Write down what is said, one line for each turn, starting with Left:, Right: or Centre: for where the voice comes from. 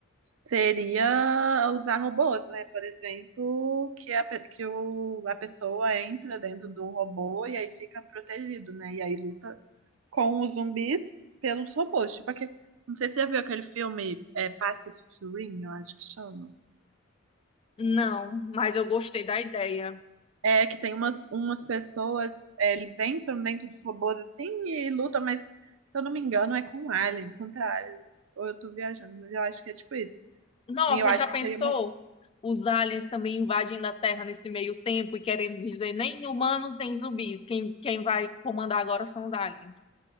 Right: Seria usar robôs, né? Por exemplo, que a, pe- que o, a pessoa entra dentro do robô e aí fica protegido, né? E aí luta com os zumbis pelos robôs. Tipo, aque- não sei se você já viu aquele filme é, Pacific Rim, eu acho que chama.
Left: Não, mas eu gostei da ideia.
Right: É que tem umas, umas pessoas, é, eles entram dentro dos robôs assim e lutam, mas se eu não me engano é com alien, contra aliens. Ou eu tô viajando, mas eu acho que é tipo isso.
Left: Nossa,
Right: E eu acho
Left: já
Right: que
Left: pensou?
Right: seria uma.
Left: Os aliens também invadindo a Terra nesse meio tempo e querendo dizer nem humanos nem zumbis. Quem, quem vai comandar agora são os aliens.